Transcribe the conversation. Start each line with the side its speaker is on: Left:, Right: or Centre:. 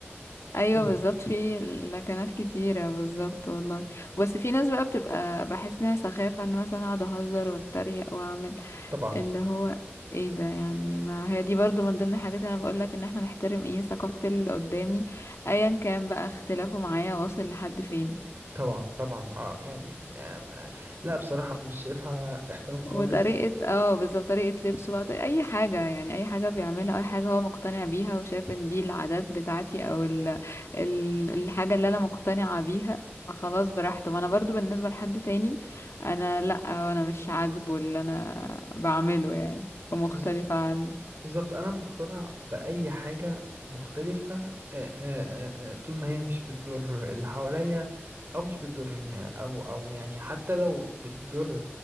Left: أيوة
Right: ايه ده
Left: بالظبط في لكنات كتيرة بالظبط والله بس في ناس بقى بتبقى بحس إنها سخافة إن مثلا أقعد أهزر وأتريق وأعمل
Right: طبعا
Left: اللي هو ايه ده يعني ما هي دي برضو من ضمن الحاجات اللي انا بقولك ان احنا نحترم ايه ثقافة اللي قدامي ايا كان بقى اختلافه معايا واصل لحد فين
Right: طبعا طبعا اه يعني آم، آه، لا بصراحه مش شايفها احترام خالص
Left: وطريقة اه بالظبط طريقة لبسه بقى طريقة اي حاجة يعني اي حاجة بيعملها اي حاجة هو مقتنع بيها وشايف ان دي العادات بتاعتي او ال... ال... الحاجة اللي انا مقتنعة بيها فخلاص براحته ما انا برضو بالنسبة لحد تاني انا لا انا مش عاجبه اللي انا بعمله يعني ومختلفة
Right: بالظبط
Left: عنه
Right: بالظبط انا مقتنع باي حاجه مختلفه آه، آه، آه، آه، طول ما هي مش بتضر اللي حواليا او مش بتضرني او او يعني حتى لو بتضر